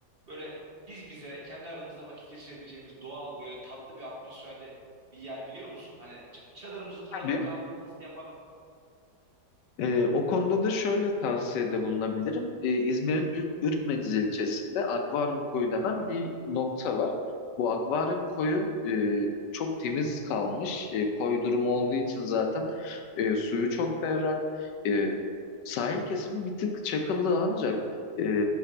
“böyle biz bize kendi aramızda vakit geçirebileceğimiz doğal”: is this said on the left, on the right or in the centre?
Right